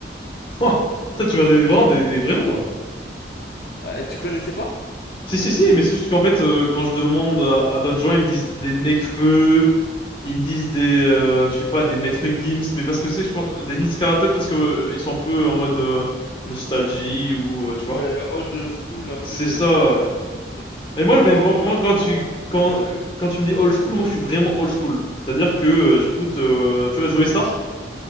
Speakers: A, on the left; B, on the left.
A: <laughs> Toi, tu m'as donné vraiment des, des vrais noms, là.
B: Ah, tu connaissais pas?
A: Si, si, si, mais c'est juste qu'en fait, euh, quand je demande à, à d'autres gens, ils me disent des Nekfeu, ils me disent des, euh, je sais pas, des Maître Gims, mais parce que c'est, je pense, des Niska, peut-être parce que euh, ils sont un peu en mode euh, nostalgie ou, euh, tu
B: Ouais,
A: vois.
B: old school, un peu...
A: C'est
B: euh,
A: ça. ouais.
B: Ok.
A: Mais moi,
B: Non,
A: mais moi,
B: nous, on
A: moi,
B: est un peu
A: quand tu,
B: dans, dans ce
A: quand,
B: qui est nouveau.
A: quand tu me dis old school, moi, je suis vraiment old school. C'est-à-dire que euh, j'écoute, euh, tu vois, Joey Star.